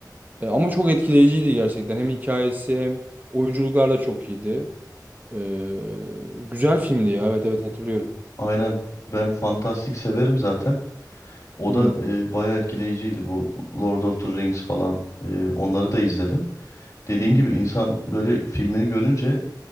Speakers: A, on the right; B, on the left.
A: Ee, ama çok etkileyiciydi gerçekten. Hem hikayesi hem oyunculuklar da çok iyiydi. Ee, güzel filmdi ya. Evet evet hatırlıyorum.
B: aynen. Ben fantastik severim zaten. O
A: Hmm,
B: da e, bayağı etkileyiciydi bu Lord of the Rings falan. E, onları da izledim. Dediğin
A: hmm.
B: gibi insan böyle filmini görünce